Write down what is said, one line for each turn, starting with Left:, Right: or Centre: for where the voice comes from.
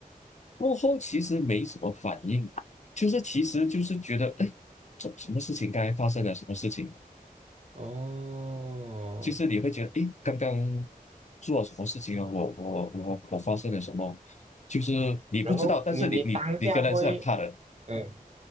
Left: 过后其实没什么反应，就是其实就是觉得哎，怎什么事情刚才发生了什么事情，
Right: 哦，
Left: 就是你会觉得哎，刚刚做了什么事情啊，我我我我发生了什么，就是你不知道，
Right: 然后你你当下会，
Left: 但是你你你跟人是很怕的，
Right: 嗯，